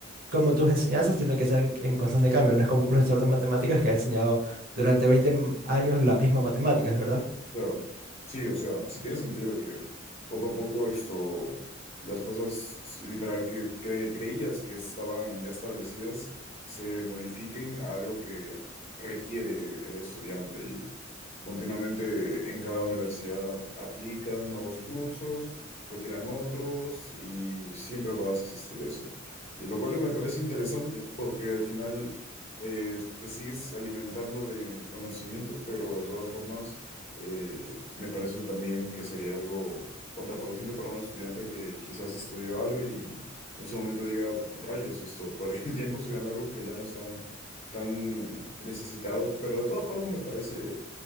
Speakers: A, on the right; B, on the left.
A: como tus enseñanzas tienen que ser en, en constante cambio, no es como un profesor de matemáticas que ha enseñado durante 20 m- años la misma matemáticas, ¿verdad?
B: Claro, sí, o sea, sí tiene sentido que poco a poco esto, las cosas literal que cre- creías que estaban ya establecidas se modifiquen a algo que requiere el estudiante y continuamente en cada universidad aplican nuevos cursos, retiran otros y siempre va a existir eso. Y lo cual me parece interesante porque al final eh, te sigues alimentando de conocimiento, pero de todas formas eh, me parece también que sería algo contraproducente para un estudiante que quizás estudió algo y en su momento diga, rayos, esto, <laughs> perdí el tiempo estudiando algo que ya no es tan, tan necesitado, pero de todas formas me parece